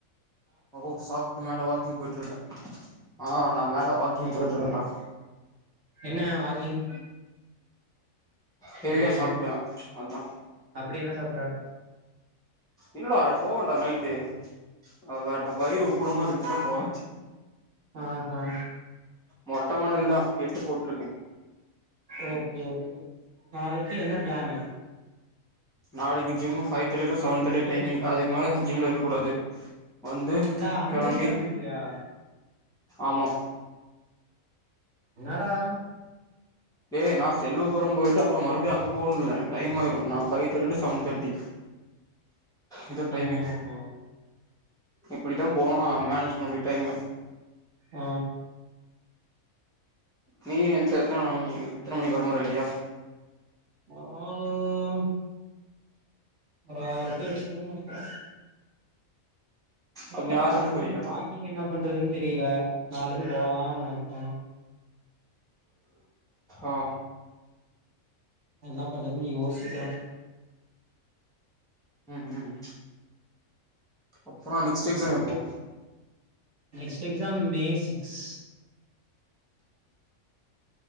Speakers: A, in the centre; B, on the right.
A: அ ஓ சாப்ட்டு மேல வாக்கிங் போய்ட்ருக்க ஆ நா மேல வாக்கிங்
B: ஓஹோ
A: போய்ட்ருக்கன்டா
B: என்ன வாக்கிங்
A: ஹெவியா
B: திடீர்னு
A: சாப்ட்ட அதா
B: அப்டி என்ன சாப்ட
A: இல்லடா எப் போவன்டா நைட்டு அவ வயிறு உப்புன மாரி இருந்துச்சுனா போவ
B: அ ஹ
A: மொட்ட மாடில தா எட்டு போட்டுருக்கே
B: ஓகே ஓகே நாளைக்கு என்ன பிளானு
A: நாளைக்கு gym five thirty to seven thirty timing அதுக்கு மேல ஜிம்ல இருக்ககூடாது வந்து
B: ஏன்டா அஞ்சரைக்கே
A: கெளம்பி
B: வந்துருவியா
A: ஆமா
B: என்னடா
A: டேய் நா செல்வபுரம் போயிட்டு அப்றோ மறுபடியு அங்க போனும்ல டைம் ஆயிரும் நா ஃபைவ் தேட்டி டூ செவன் தேட்டி இதோ டைமிங்
B: ஆஹா
A: இப்படிதா போனா மேனேஜ் பண்ண முடியு டைம
B: அ
A: நீ என்த எத்தன மணி எத்தன மணிக்கு வர மாரி ஐடியா
B: <unintelligible> ஒரு ஆறு டூ எட்டுனு நெனைக்குற தெரில
A: அப்ப நீ
B: வாகிங்
A: ஆறு மணிக்கு வரியா
B: ஜாகிங் என்ன பண்றதுனு தெரியல நாளைல இருந்து போலானு நெனைச்சே
A: அ
B: என்ன பண்றதுனு யோசிக்குறோ
A: ம் ம் அப்றோ நெக்ஸ்ட் எக்ஸாம் எப்போ
B: நெக்ஸ்ட் எக்ஸாம் மே சிக்ஸ்